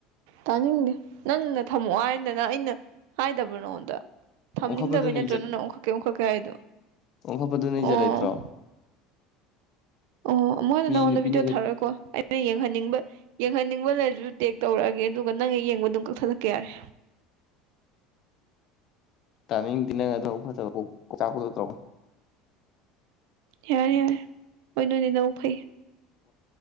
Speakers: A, on the right; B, on the left.
A: ꯇꯥꯅꯤꯡꯗꯦ ꯅꯪꯅ ꯊꯝꯃꯛꯑꯣ ꯍꯥꯏꯗꯅ ꯑꯩꯅ ꯍꯥꯏꯗꯕꯔ ꯅꯉꯣꯟꯗ ꯊꯝꯅꯤꯡꯗꯕ
B: ꯑꯣꯟꯈꯠꯄꯗꯨꯅ
A: ꯅꯠꯇꯣ ꯅꯪ ꯑꯣꯡꯈꯛꯀꯦ ꯑꯣꯡꯈꯠꯀꯩ ꯍꯥꯏꯗꯣ
B: ꯑꯣꯈꯣꯄꯗꯨ ꯅꯖ
A: ꯑꯣ
B: ꯂꯩꯇ꯭ꯔꯣ
A: ꯑꯣ ꯃꯣꯏꯅ
B: ꯃꯤ
A: ꯅꯉꯣꯟꯗ
B: ꯅꯨꯄꯤꯅꯒ
A: ꯕꯤꯗꯤꯑꯣ ꯊꯔꯣꯏ ꯀꯣ ꯑꯩꯅ ꯌꯦꯡꯍꯟꯅꯤꯡꯕ ꯌꯦꯡꯍꯟꯅꯤꯡꯕ ꯂꯩꯔꯁꯨ ꯇꯦꯛ ꯇꯧꯔꯛꯑꯒꯦ ꯑꯗꯨꯒ ꯅꯪ ꯌꯦꯡꯕ ꯑꯗꯨꯝ ꯀꯛꯊꯠꯂꯛꯀꯦ ꯌꯥꯔꯦ
B: ꯇꯥꯅꯤꯡꯗꯤ ꯅ ꯑꯗꯨꯅ ꯐꯖꯕꯥꯛ ꯇꯧꯅꯤ
A: ꯌꯥꯔꯦ ꯌꯥꯔꯦ ꯍꯣꯏ ꯅꯣꯏꯗꯤ ꯅꯕꯨꯛ ꯐꯩ